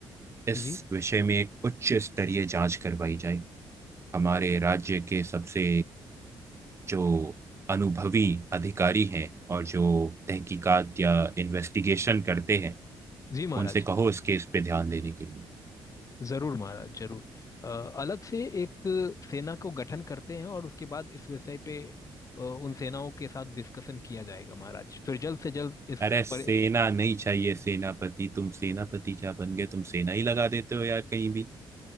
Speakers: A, on the right; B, on the left.
A: इस
B: जी
A: विषय में एक उच्च स्तरीय जांच करवाई जाए हमारे राज्य के सबसे जो अनुभवी अधिकारी हैं और जो तहकीकात या इन्वेस्टिगेशन करते हैं
B: जी महाराज
A: उनसे कहो इस केस पे ध्यान देने के लिए
B: जरूर महाराज जरूर अ, अलग से एक सेना को गठन करते हैं और उसके बाद इस विषय पे अ, उन सेनाओं के साथ डिस्कशन किया जाएगा महाराज फिर जल्द से जल्द इस
A: अरे सेना
B: पर
A: नहीं चाहिए सेनापति तुम सेनापति क्या बन गए तुम सेना ही लगा देते हो यार कहीं भी